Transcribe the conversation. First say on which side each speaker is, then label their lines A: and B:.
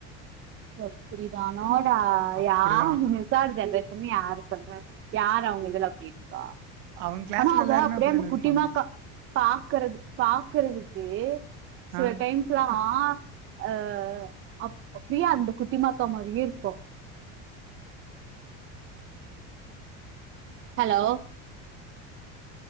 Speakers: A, on the right; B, on the right.
A: ஒ புரியுதானோ. ட்டா
B: அப்டிதா
A: யாரு நிஷாடு ஜென்ரே. தின்னி யாரு சொல்றே யாரு அவங்க இதுல அப்பிடி. ப
B: அவங்க கிளாஸ்ல
A: கனா அவ
B: எல்லாருமே
A: அப்பிடியே
B: அப்டிதான
A: அந்த குட்டிமாக்கா
B: இருப்பாங்க
A: பா. க்கறது பாக்குறதுக்கு. சில
B: ஆ
A: டைம்ஸ்லா. அ அப்ப ப்ரியா அந்த குட்டிமாக்கா மாரியே இருப்பா hello